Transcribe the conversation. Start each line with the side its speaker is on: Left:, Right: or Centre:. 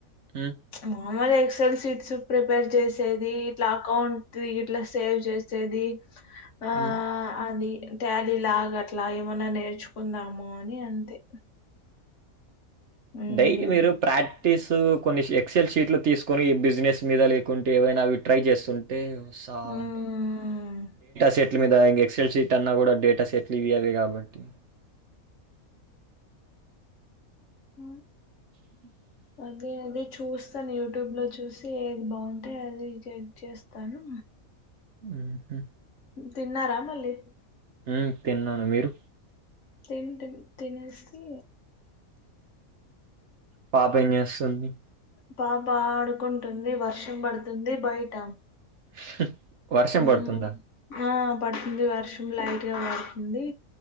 Right: హ్మ్
Left: మామూల్ ఎక్సఎల్ సీట్స్ ప్రిపేర్ చేసేది ఇట్లా అకౌంట్ ఇట్లా సేవ్ చేసేది ఆ
Right: హ్మ్.
Left: అది ట్యాలీ లాగా అట్లా ఏమన్నా నేర్చుకుందాము అని అంతే మ్మ్.
Right: డైలీ మీరు ప్రాక్టీస్ కొన్ని ఎక్సెల్ షీట్లు తీసుకొని బిజినెస్ మీద లేకుంటే ఏవైనా అవి ట్రై చేస్తుంటే సావుంటాయి
Left: మ్మ్.
Right: సెట్లు మీద ఇంక ఎక్సెల్ షీట్ అన్నా కూడా డేటా సెట్లు ఇవి అవే కాబట్టి <inaudible>
Left: హ్మ్
Right: <inaudible>
Left: అది అది చూస్తను యూట్యూబ్ లో చూసి ఏది బాగుంటే అది చెక్ చేస్తాను
Right: ఊహు
Left: తిన్నారా మళ్ళీ
Right: హ్మ్ తిన్నాను మీరు
Left: తింటి తినేస్తీ
Right: పాపేం చేస్తంది
Left: పాప ఆడుకుంటుంది వర్షం పడుతుంది బయట
Right: <inaudible>
Left: హ్మ్
Right: పడుతుందా?
Left: ఆ పడుతుంది వర్షం లైట్ గా పడుతుంది